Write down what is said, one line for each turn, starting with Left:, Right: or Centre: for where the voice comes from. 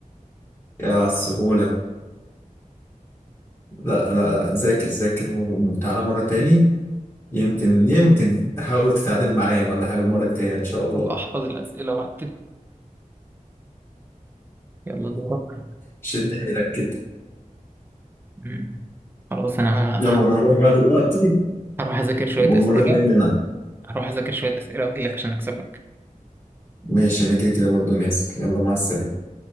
Left: يا على السهولة لا لا لا ذاكر ذاكر وتعالى مرة تاني يمكن يمكن تحاول تتعادل معايا ولا حاجة المرة الجاية إن شاء الله
Right: هبقى احفظ الاسئله وهكتب يلا دورك
Left: شد حيلك كده
Right: مم. خلاص انا
Left: يلا
Right: ه-
Left: أنا هروح بقى دلوقتي
Right: هروح اذاكر شويه
Left: والمرة
Right: اسئله
Left: الجاية نلعب
Right: هروح اذاكر شويه اسئله واجيلك عشان اكسبك
Left: ماشي أنا كده كده برضه نازل يلا مع السلامة